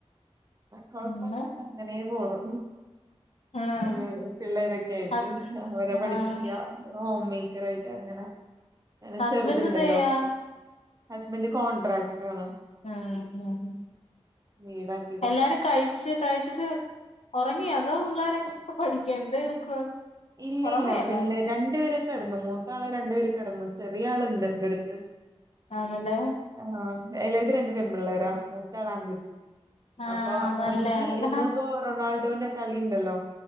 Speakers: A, on the right; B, on the left.
A: കൊഴപ്പല്ലാട്ട്
B: പിന്നെ
A: അങ്ങനെ പോണു
B: ആഹ്
A: ഏർ പിള്ളേരൊക്കെ ആയിട്ട്
B: ഹസ്
A: അവരെ
B: ആഹ്
A: പഠിപ്പിക്കാ ഹോം മേക്കർ ആയിട്ട് അങ്ങനെ അങ്ങനെ
B: ഹസ്ബൻഡ്
A: ചെറുതുണ്ടല്ലോ
B: എന്ത് ചെയ്യാ
A: ഹസ്ബൻന്റ് കോൺട്രാക്ടർ ആണ്
B: ആഹ് <unintelligible>
A: വീടെക്ക്
B: എല്ലാരും കഴിച്ചു കഴിച്ചിട്ട് ഉറങ്ങി അതോ പിള്ളേരൊക്ക സ്ക്കൂ പഠിക്ക എന്താ എടുക്കുവാ
A: ഇല്ലില്ലപിള്ളരണ്ടു
B: ഒറങ്ങുവാ എല്ലാരും
A: പേരൊക്കെ കിടന്നുമൂത്ത ആള് രണ്ടു പേരും കെടന്നു ചെറിയ ആളുണ്ട് എന്റെ അടുത്ത്
B: ആണല്ലേ
A: ആഹ് ഏളേത് രണ്ട് പെൺ പിള്ളേരാ മൂത്ത ആള് ആൺകുട്ടി
B: ആഹ്
A: അപ്പൊ മോനിക്ക്
B: നല്ലയാണല്ലോ
A: ഇന്നിപ്പോ റൊണാൾഡോന്റെ കളിുണ്ടല്ലോ